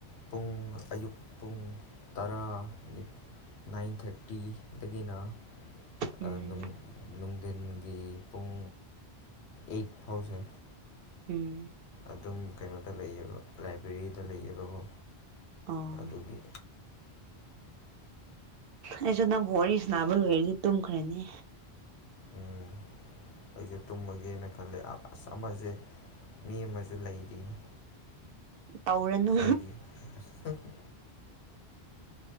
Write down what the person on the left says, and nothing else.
ꯄꯨꯡ ꯑꯌꯨꯛ ꯄꯨꯡ ꯇꯔꯥ ꯅꯤ ꯅꯥꯏꯟ ꯊꯥꯔꯇꯤ ꯗꯒꯤꯅ
ꯑ.. ꯅꯨꯡ ꯅꯨꯡꯗꯤꯟꯒꯤ ꯄꯨꯡ ꯑꯦꯠ ꯐꯥꯎꯁꯦ
ꯑꯗꯨꯝ ꯀꯩꯅꯣꯗ ꯂꯩꯌꯦꯕ ꯂꯥꯏꯕ꯭ꯔꯦꯔꯤꯗ ꯂꯩꯌꯦꯕꯀꯣ
ꯑꯗꯨꯒꯤ
ꯎꯝ ꯑꯩꯁꯨ ꯇꯨꯝꯃꯒꯦꯅ ꯈꯜꯂꯦ ꯑꯥ ꯑꯁ ꯑꯃꯖꯦ ꯃꯤ ꯑꯃꯖꯨ ꯂꯩꯔꯤꯅꯤ
ꯑꯩꯒꯤ <unintelligible>